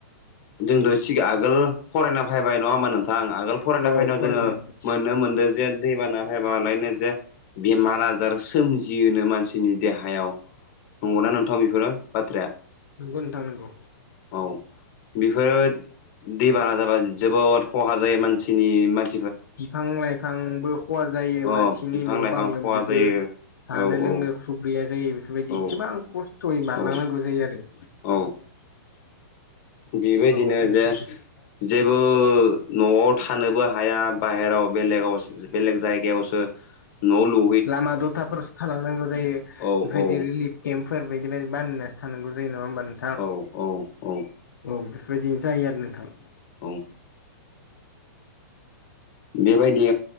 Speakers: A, on the left; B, on the left.
A: जोंथ' सिगां आगोल फरायना फैबाय नङा होमबा नोंथां आगोल फरायना
B: औ
A: फैनायाव
B: फरायदों
A: जोङो
B: नोंथां।
A: मोननो मोनदों जे दैबाना फैबालायनो जे बेमार आजार सोमजियोनो मानसिनि देहायाव नंगौना नोंथां बेफोरो बाथ्राया
B: नोंगौ नोंथां नोंगौ
A: औ बेफोरो दैबाना जाबा जोबोद खहा जायो मानसिनि मानसि
B: बिफां लाइफांबो खहा जायो
A: अ
B: मानसिनि
A: बिफां
B: न'
A: लाइफां
B: बां लोमजोबो
A: खहा जायो
B: जानो
A: औ औ
B: लोंनो ख्रुब गैया जायो बेफोरबायदि
A: औ
B: एसेबां खस्थ'यै बारलांनांगौ
A: औ
B: जायो आरो
A: औ बेबायदिनो
B: औ बेफोर
A: जे जेबो न'आव थानोबो हाया बाहेरायाव बेलेगाव बेलेग जायगायावसो नलु
B: लामा दथाफोरावसो थालांनांगौ जायो
A: औ
B: बेबायदि
A: औ
B: रिलिफ केम्फोर बायदि बायदि बानायना थानांगौ जायो नङा होनबा नों
A: औ औ औ
B: औ बेफोरबायदिनो जायो आरो नोंथां
A: औ बेबायदि